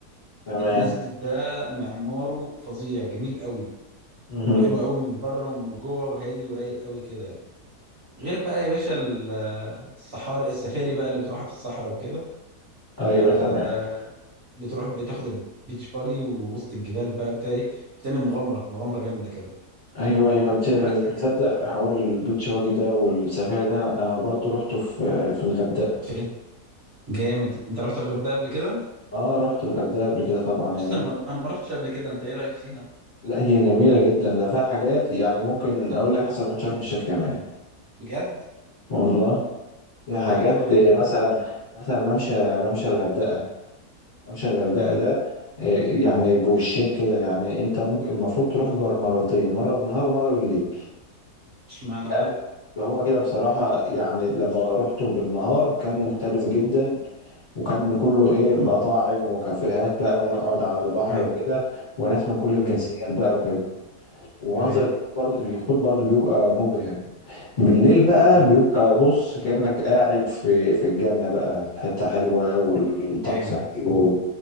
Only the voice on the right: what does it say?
المسجد ده معماره فظيع جميل قوي
حلو قوي من بره ومن جوه وهادي ورايق قوي كده يعني غير بقى يا باشا ال- الصحاري السفاري بقى اللي بتروحها في الصحراء وكده
آه
بتروح بتاخد البيتش باجي ووسط الجبال بقى بتاع ايه بتعمل مغامره مغامره جامده كده
بس
فين جامد انت رحت الغردقه قبل كده
بص
انا ما انا ما رحتش قبل كده انت ايه رايك فيها
بجد
طب
ايه الحلو اللي
هناك
تمام
اشمعنى
بقى
تمام
تمام
تمام
تمام
جامد